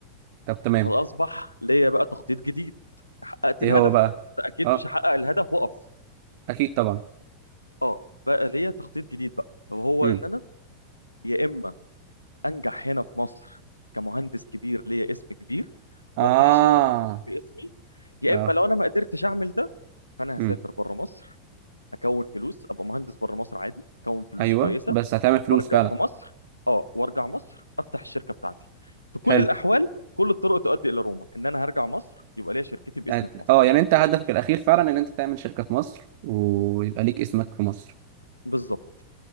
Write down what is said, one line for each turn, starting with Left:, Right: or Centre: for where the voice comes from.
Right: طب تمام
Left: فاصبح ليا بقى تخطيط جديد حققت
Right: ايه
Left: الهدف
Right: هو بقى
Left: أنت اكيد
Right: اه
Left: مش هحقق الهدف واقف
Right: اكيد طبعا
Left: اه بقى ليا تخطيط جديد بقى وهو
Right: مم.
Left: ان انا يا اما انجح هنا في مصر كمهندس كبير ليا اسم كبير
Right: اه
Left: وافتح شركه باسمي يا
Right: اه
Left: اما لو انا ما قدرتش اعمل ده فانا
Right: امم
Left: هسافر بره مصر اكون فلوس ابقى مهندس بره مصر عادي اكون فلوس
Right: ايوه
Left: كويسه
Right: بس هتعمل فلوس
Left: وارجع
Right: فعلا
Left: في مصر اه وارجع مصر افتح الشركه بتاعتي في كل
Right: حلو
Left: الاحوال كل الطرق تؤدي الى روما ان انا هرجع مصر يبقى ليا شركتي باسمي
Right: يعني-
Left: في مصر
Right: اه يعني انت هدفك الاخير فعلا ان انت تعمل شركه في مصر ويبقى ليك اسمك في مصر
Left: بالظبط